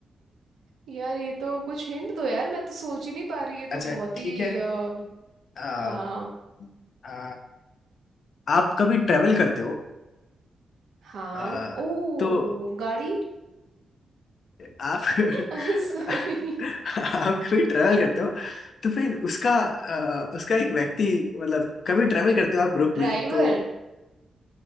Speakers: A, on the right; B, on the left.
A: यार ये तो कुछ हिंट दो यार मैं तो सोच ही नहीं पा रही ये तो
B: अच्छा
A: बहुत
B: ठीक
A: ही अ,
B: है
A: हाँ
B: आ, आप कभी ट्रेवल करते हो
A: हाँ
B: आ,
A: ओ
B: तो
A: गाड़ी
B: आप <laughs>
A: <laughs> सॉरी
B: आप कभी ट्रेवल करते हो तो फिर उसका आ, उसका एक व्यक्ति मतलब कभी ट्रेवल करते हो आप ग्रुप
A: ड्राइवर
B: में तो